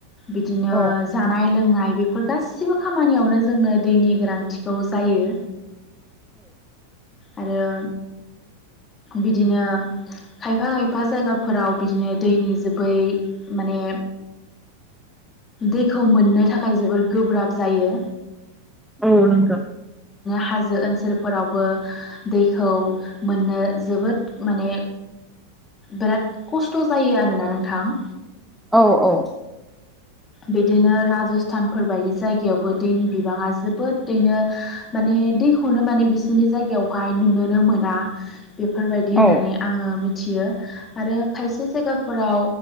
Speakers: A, on the left; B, in the centre.
A: बिदिनो
B: औ
A: जानाय लोंनाय बेफोर गासिबो खामानियावनो जोंनो दैनि गोनांथिखौ जायो। आरो बिदिनो खायफा खायफा जायगाफोराव बिदिनो दैनि जोबै माने दैखौ मोननो थाखाय जोबोर गोब्राब जायो।
B: औ नोंगौ।
A: हाजो ओनसोलफोरावबो दैखौ मोननो जोबोद माने बिराद खस्थ' जायो आरोना नोंथां।
B: औ औ।
A: बिदिनो राजस्थानफोर बायदि जायगायावबो दैनि बिबाङा जोबोदनो माने दैखौनो माने बिसोरनि जायगायावहाय नुनोनो मोना। बेफोरबायदि होननानै
B: औ
A: आङो मि थियो आरो खायसे जायगाफोराव